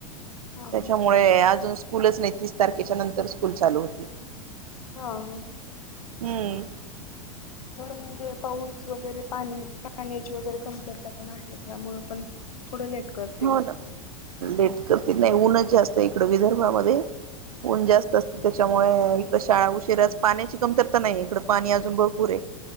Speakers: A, on the left (about 85°); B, on the right (about 80°).
A: हा
B: त्याच्यामुळे
A: हा
B: अजून -- स्कूलच नाही तीस तारखेच्या नंतर स्कूल चालू होती.
A: हा हा.
B: हम्.
A: थोडं म्हणजे, पाऊस वगैरे पाणी, पाण्याची वगैरे कमतरता पण आहे. त्यामुंळ पण- थोडं लेट करतील.
B: हो ना लेट करते, नाही उनच जास्त इकडं विदर्भामध्ये. ऊन जास्त असते. त्याच्यामुळे इकड शाळा उशिराच पाण्याची कमतरता नाही इकडं. पाणी अजून भरपूर आहे.